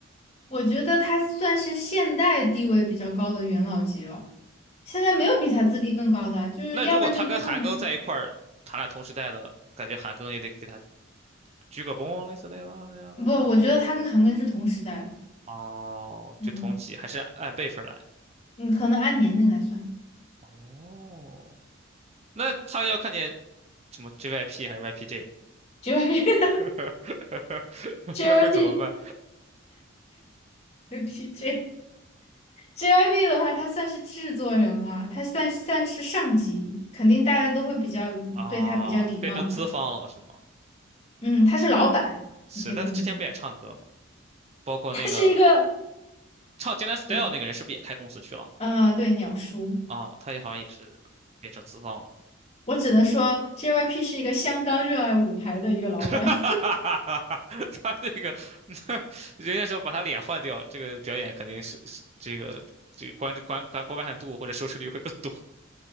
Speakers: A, on the left (about 35°); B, on the right (about 30°).
A: 我觉得他算是现代地位比较高的元老级了，现在没有比他资历更高的啊，就是要不然就东方神，
B: 那如果他跟韩庚在一块儿，他俩同时代的，感觉韩庚也得给他鞠个躬，类似类似这样的。
A: 不，我觉得他跟韩庚是同时代的，
B: 哦，
A: 嗯，
B: 就同级，还是按辈分来。
A: 你可能按年龄来算
B: 哦，那他要看见什么 JYP 还是 YPJ，
A: ，JYP <laughs>
B: <laughs>
A: JYP
B: 那会怎么办
A: JYPJ JYP <laughs> 的话，他算是制作人了，他算算是上级，肯定大家都会比较对他比较礼貌嘛，
B: 啊？变成资方了是吗？
A: 嗯，他是老板，
B: 是，
A: 你可以这么理解，
B: 但他之前不也唱歌吗？包括那个
A: 他是一个，
B: 唱《江南 Style》那个人，
A: 对，
B: 是不是也开公司去了？
A: 啊、对，鸟叔。
B: 啊，他也好像也是变成资方了。
A: 我只能说，JYP 是一个相当热爱舞台的一个老板。
B: <laughs> 哈，
A: <laughs>
B: 他这个，<laughs> 人家说把他脸换掉，这个表演肯定是是这个这个观观观观看度或者收视率会更多。